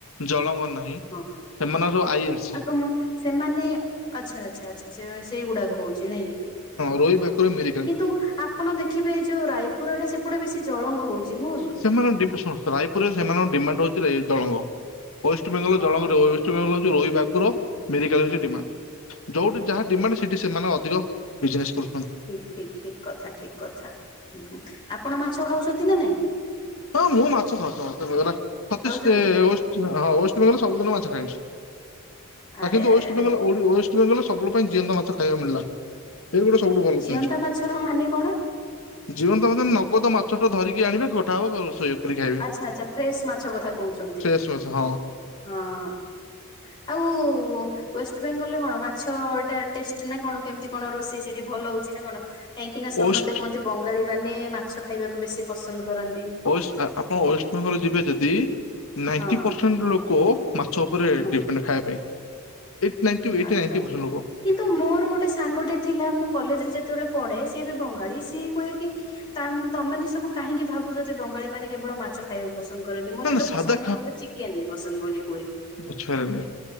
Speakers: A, on the left (about 65°); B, on the left (about 20°).
A: ଜଳଙ୍ଗ ନାହିଁ
B: ହଁ
A: ସେମାନଙ୍କର ସବୁ ଆଇ ଏମ ସି
B: ଅକୁମ୍ ସେମାନେ ଆଚ୍ଛା ଆଚ୍ଛା ଆଛା ସେ ସେଇଗୁଡାକ ହଉଛି ନାଇକି?
A: ରୋହି
B: ହଁ
A: ଭାକୁର
B: ହଁ
A: ମିରିକାଳି।
B: କିନ୍ତୁ ଆପଣ ଦେଖିବେ ଯୋଉ ରାଇପୁର୍ ଆଡେ ସେପଟେ ବେଶୀ ଜଳଙ୍ଗ ହଉଛି? ନୁହଁ କି?
A: ସେସେମାନେ ଦି ଶୁଣ ରାଇପୁରରେ ସେମାନଙ୍କ ଡିମାଣ୍ଡ୍ ହଉଛି ଜଳଙ୍ଗ। ୱେଷ୍ଟବେଙ୍ଗଲ
B: ହଁ
A: ଜଳଙ୍ଗ
B: ହଁ।
A: ରେ ୱଷ୍ଟବେେଙ୍ଗଲହଉଚି ରୋହି, ଭାକୁର ମେରିକାଲ୍ ହେଉଛି ଡିମାଣ୍ଡ୍। ଯୋଉଠି
B: ହଁ ହଁ
A: ଯାହା ଡିମାଣ୍ଡ୍ ସେଠି ସେମାନେ ଅଧିକ ବିଜନେସ୍ କରୁଛନ୍ତି।
B: ଠିକ୍ ଠିକ୍ ଠିକ୍ କଥା ଠିକ୍ କଥା ଆପଣ ମାଛ ଖାଉଛନ୍ତି ନା ନାଇଁ?
A: ହଁ ମୁଁ ମାଛ ଖାଉଛି ମୋତେ
B: ଖାଉଛନ୍ତି
A: ସେ ହଁ ୱଷ୍ଟବେେଙ୍ଗଲ୍ ସବୁଦିନ ମାଛ ଖାଏ କିନ୍ତୁ
B: ଆରେ ଆରେ
A: ୱଷ୍ଟବେଙ୍ଗଲ୍
B: ଆରେ।
A: ୱଷ୍ଟ୍ ୱଷ୍ଟ୍ ବେଙ୍ଗଲରେ ସବୁ ପାଇଁ ଜିଅନ୍ତା ମାଛ ଖାଇବାକୁ ମିଳିଲା ଏଇ ଗୋଡା ସବୁଠୁ ଭଲ
B: ଜିଅନ୍ତା
A: ଜିନିଷ।
B: ମାଛର ମାନେ କଣ
A: ଜୀଅନ୍ତା ମାଛ ଟା ନଗଦ ମାଛ ଟା ଧରିକି ଆଣିବେ କଟା ହବ ରୋଷେଇ କରି ଖାଇବେ
B: ଆଚ୍ଛା ଆଚ୍ଛା ଫ୍ରେଶ୍ ମାଛ କଥା କହୁଛନ୍ତି
A: ଫ୍ରେଶ ମାଛ ହଁ।
B: ହଁ ହଁ। ଆଉ ୱେଷ୍ଟ୍ ବେଙ୍ଗଲରେ କଣ ମାଛଟା ଟେଷ୍ଟ୍ ନା କଣ କେମତି? କଣ ରୋଷେଇ ସେଠି ଭଲ ହଉଛି ନା କଣ କାହିଁକି ନା ସମସ୍ତେ
A: ଓଷ୍ଟ
B: କୁହନ୍ତି ବଙ୍ଗାଳୀ ମାନେ ମା ମାଛ ଖାଇବାକୁ ବେଶୀ ପସନ୍ଦ କରନ୍ତି।
A: ୱଷ୍ଟ୍ ଆପଣ ୱେଷ୍ଟବେଙ୍ଗଲ ଯିବେ ଯଦି ନାଇଟି
B: ହଁ
A: ପରସେ ପରସେଣ୍ଟ୍ ଲୋକ ମାଛ ଉପରେ
B: ହଁ।
A: ଡିପେଣ୍ଡ୍ ଖାଇବା ପାଇଁ ଏଇଟି ନାଇଟି ଏଇଟି
B: ଆଚ୍ଛା
A: ନାଇଟି
B: ଆଚ୍ଛା।
A: ପରସେଣ୍ଟ୍ ଲୋକ।
B: କିନ୍ତୁ ମୋର ଗୋଟେ ସାଙ୍ଗଟେ ଥିଲା ମୁଁ କଲେଜ୍ ରେ ଯେତେବେଳେ ପଢେ ସିଏ ବି ବଙ୍ଗାଳୀ ସିଏ କୁହେ କି ତା ତମେ ମାନେ ସବୁ କାହିଁକି ଭାବୁଛ ଯେ ବଙ୍ଗାଳି ମାନେ କେବଳ ମାଛ ଖାଇବାକୁ ପସନ୍ଦ କରନ୍ତି ମତେ
A: ନା ନା
B: ତ
A: ସାଧା
B: ପସନ୍ଦ ନାହିଁ ମତେ ଚିକେନ୍ ପସନ୍ଦ ବୋଲି କୁହେ।
A: ପଛରେ ମି